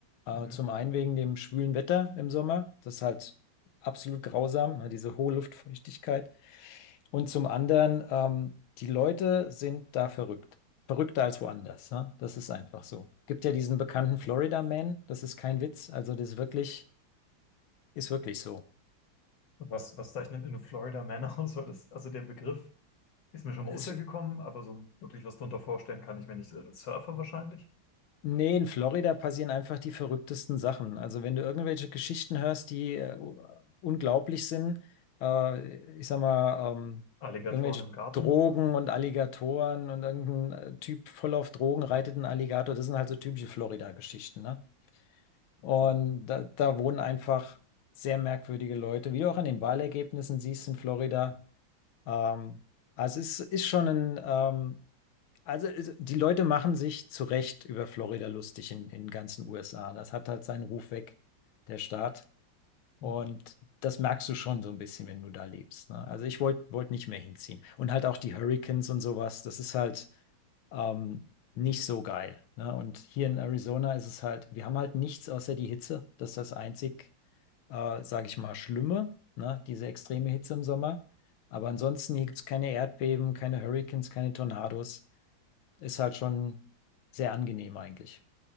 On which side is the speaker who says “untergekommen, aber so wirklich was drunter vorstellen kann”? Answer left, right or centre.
Left